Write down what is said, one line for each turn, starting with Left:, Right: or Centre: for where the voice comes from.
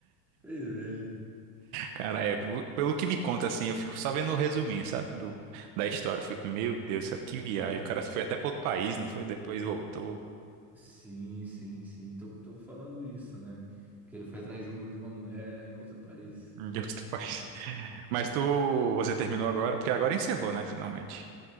Centre: bem.
Right: Cara, é, p- pelo que me conta, assim, eu fico só vendo o resuminho, sabe? Do, da história. Eu fico, meu Deus do céu, que viagem. O cara foi até pra outro país, não foi? Depois voltou.
Centre: Sim, sim, sim. Tô, tô falando isso, né? Que ele foi atrás de uma, de uma mulher, né, em outro país.
Right: Meu Deus do país.
Centre: Sabe quando-
Right: <laughs> Mas tu, você terminou agora? Porque agora encerrou, né? Finalmente.